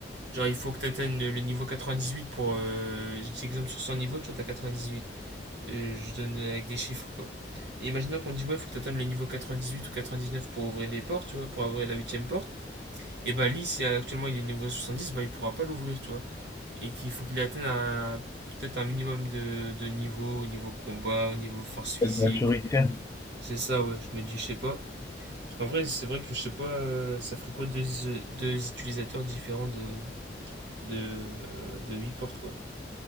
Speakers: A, on the right (about 65°); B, on the left (about 15°).
A: Genre, il faut que tu atteignes le niveau 98 pour. Euh, J'exemple sur 100 niveaux, tu vois, t'as 98. Euh, je donne euh, avec des chiffres, quoi. Et imaginons qu'on te dit, ouais, il faut que tu atteignes le niveau 98 ou 99 pour ouvrir les portes, tu vois, pour ouvrir la huitième porte. Et bah, lui, si actuellement il est niveau 70, bah, il pourra pas l'ouvrir, tu vois. Et qu'il faut qu'il atteigne un peut-être un minimum de, de niveau, au niveau combat, au niveau force physique.
B: Ouais, de maturité.
A: C'est ça, ouais, je me dis, je sais pas. Parce qu'en vrai, c'est vrai que je sais pas, euh, ça ferait quoi deux, euh, deux utilisateurs différents de, de, euh, de 8 portes, quoi.